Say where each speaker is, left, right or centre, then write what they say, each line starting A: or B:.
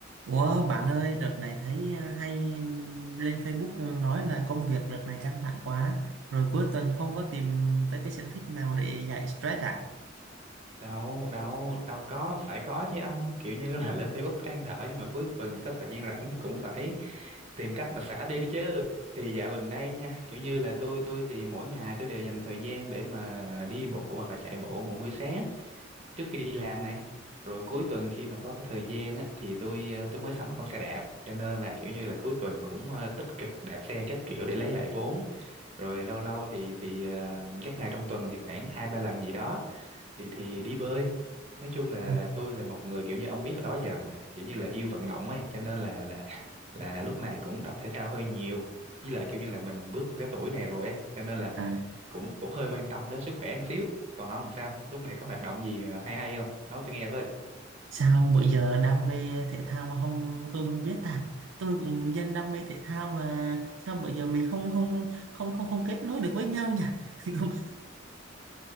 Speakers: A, on the right (about 75°); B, on the right (about 35°).
A: Ủa bạn ơi, đợt này thấy ờ, hay lên Facebook nói là công việc đợt này căng thẳng quá, rồi cuối tuần không có tìm tới cái sở thích nào để giải stress à?
B: đâu đâu đâu có phải có chứ ông kiểu như là lên Facebook than thở nhưng mà cuối tuần có thời gian rảnh thì cũng phải tìm cách mà xả đi đó chứ thì dạo gần đây nha kiểu như là tôi tôi thì mỗi ngày tôi đều dành thời gian để mà đi bộ hoặc là chạy bộ mỗi buổi sáng trước khi đi làm này rồi cuối tuần khi mà có thời gian á thì tôi ờ, tôi mới sắm con xe đạp cho nên là kiểu như là cuối tuần cũng ờ, tích cực đạp xe các kiểu để lấy lại vốn rồi lâu lâu thì thì ờ, các ngày trong tuần thì khoảng hai ba lần gì đó thì thì đi bơi nói chung là
A: Ồ,
B: là tôi là một người kiểu như ông biết đó giờ mà kiểu như là yêu vận động ấy cho nên là là là lúc này cũng tập thể thao hơi nhiều với lại kiểu như là mình bước vào cái tuổi này rồi ấy cho nên là
A: À,
B: cũng cũng hơi quan tâm đến sức khỏe một xíu còn ông sao lúc này có hoạt động gì ờ, hay hay không nói tôi nghe với
A: Sao bây giờ đam mê thể thao mà không tôi không biết ta? Tôi cũng dân đam mê thể thao mà sao bây giờ mình không không không không không kết nối được với nhau nhỉ? <laughs> Không.